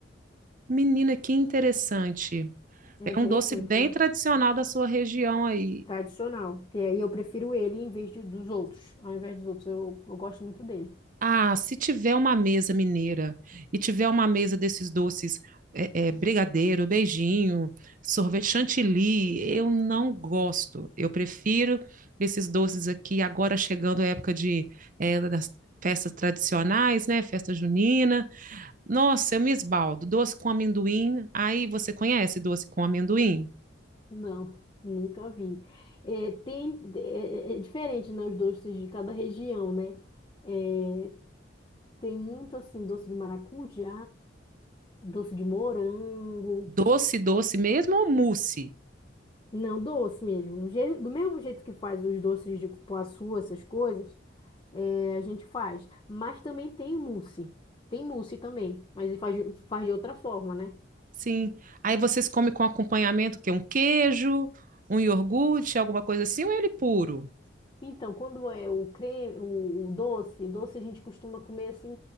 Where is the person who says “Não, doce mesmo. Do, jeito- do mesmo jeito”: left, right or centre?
Left